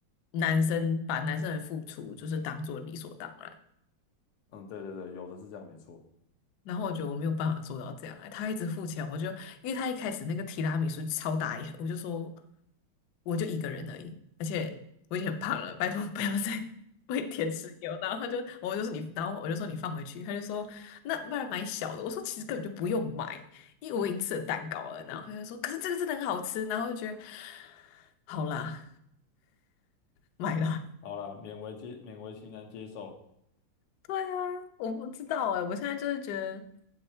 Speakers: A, on the left; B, on the left.
A: 男生把男生的付出就是当做理所当然。
B: 嗯，对对对，有的是这样，没错。
A: 然后我觉得我没有办法做到这样，哎，他一直付钱，我就因为他一开始那个提拉米苏超大一盒，我就说我就一个人而已，而且我已经很胖了，拜托不要再 <laughs> 喂甜食给我。然后他就我就说你，然后我就说你放回去，他就说那不然买小的。我说其实根本就不用买，因为我已经吃了蛋糕了。然后他就说可是这个真的很好吃，然后我就觉得好啦，买啦。
B: 好啦，勉为接勉为其难接受
A: 对啊，我不知道哎，我现在就是觉得